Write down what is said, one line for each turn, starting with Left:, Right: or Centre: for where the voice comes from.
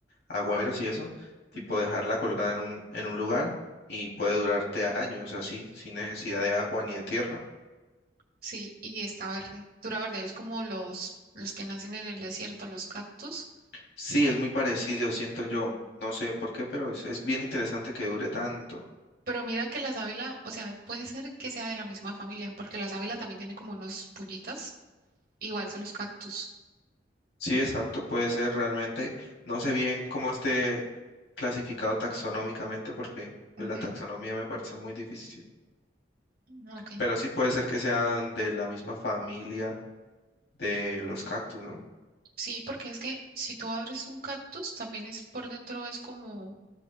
Left: agüeros y eso, tipo
Right: Ujú,
Left: dejarla colgada en un, en un lugar y
Right: ujú.
Left: puede durarte años así, sin necesidad de agua ni de tierra.
Right: Sí, y está verde, dura verde. Es como los, los que nacen en el desierto, los cactus.
Left: Sí, es muy parecido, siento yo, no sé por qué, pero es, es bien interesante que dure tanto.
Right: Pero mira que la sábila, o sea, puede ser que sea de la misma familia, porque la sábila también tiene como unos pullitas Igual que los cactus.
Left: Sí, exacto, puede ser realmente, no sé bien cómo esté clasificado taxonómicamente porque pues,
Right: Ujú,
Left: la taxonomía me parece muy difícil.
Right: Ah, Ok.
Left: Pero sí puede ser que sean de la misma familia de los cactus, ¿no?
Right: Sí, porque es que si tú abres un cactus, también es por dentro, es como,